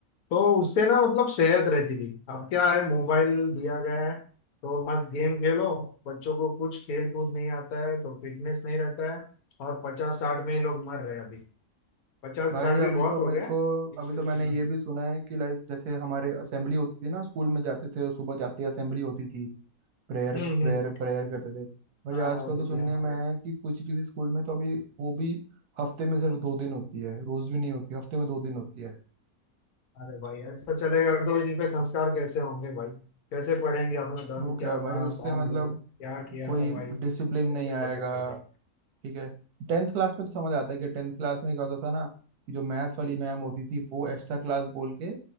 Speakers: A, on the left; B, on the right.
A: तो उससे ना मतलब सेहत रहती थी अब क्या है मोबाइल दिया गया है तो मस्त गेम खेलो बच्चों को कुछ खेल कूद नहीं आता है तो फिटनेस नहीं रहता है और पचास साठ में ही लोग मर रहे हैं अभी पचास
B: भाई
A: साठ भी
B: अभी
A: बहुत
B: तो
A: हो
B: मेरे
A: गए
B: को
A: इस
B: अभी तो
A: किस्म
B: मैंने ये भी सुना है कि लाइक जैसे हमारे असेंबली होती थी ना स्कूल में जाते थे और सुबह जाते ही असेंबली होती थी प्रेयर
A: हम्म
B: प्रेयर
A: हम्म
B: प्रेयर करते थे भाई
A: हाँ
B: आजकल
A: होती
B: तो सुनने
A: थी हमारे
B: में आया है कि कुछ किसी स्कूल में तो अभी वो भी हफ्ते में सिर्फ दो दिन होती है रोज भी नहीं होती हफ्ते में दो दिन होती है
A: अरे भाई ऐसा चलेगा तो इनके संस्कार कैसे होंगे भाई कैसे पढ़ेंगे अपना धर्म
B: तो क्या
A: क्या
B: है भाई
A: था
B: उससे
A: कौन
B: मतलब
A: लोग क्या किया
B: कोई
A: था भाई कैसे
B: डिसिप्लिन नहीं आएगा
A: पता चलेगा
B: ठीक है टेंथ क्लास में तो समझ आता है कि टेंथ क्लास में क्या होता था ना कि जो मैथ्स वाली मैम होती थी वो एक्स्ट्रा क्लास बोल के